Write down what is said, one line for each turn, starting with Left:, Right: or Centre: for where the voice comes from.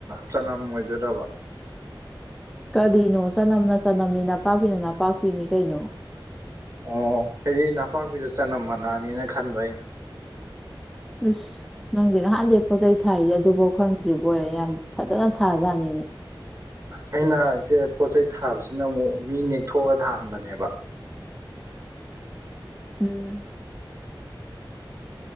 Right: ꯆꯅꯝ ꯑꯣꯏꯗꯣꯏꯔꯕ
Centre: ꯀꯔꯤꯅꯣ ꯆꯅꯝꯅ ꯆꯅꯝꯅꯤ ꯅꯄꯥꯛꯄꯤꯅ ꯅꯄꯥꯛꯄꯤꯅꯤ ꯀꯩꯅꯣ
Right: ꯑꯣ ꯑꯩꯗꯤ ꯅꯄꯥꯛꯄꯤꯗ ꯆꯅꯝ ꯃꯅꯥꯅꯤꯅ ꯈꯟꯕ ꯑꯩꯅ
Centre: ꯑꯁ ꯅꯪꯗꯤ ꯅꯍꯥꯟꯗꯩ ꯄꯣꯠꯆꯩ ꯊꯥꯏꯁꯦ ꯑꯗꯨꯐꯥꯎ ꯈꯪꯗ꯭ꯔꯤꯕꫭꯏꯔꯦ ꯌꯥꯝ ꯐꯖꯅ ꯊꯥꯖꯥꯠꯅꯤꯅꯦ
Right: ꯑꯩꯅ ꯏꯆꯦ ꯄꯣꯠꯆꯩ ꯊꯥꯕꯁꯤꯅ ꯑꯃꯨꯛ ꯃꯤ ꯅꯦꯛꯊꯣꯛꯑꯒ ꯊꯥꯍꯟꯕꯅꯦꯕ
Centre: ꯎꯝ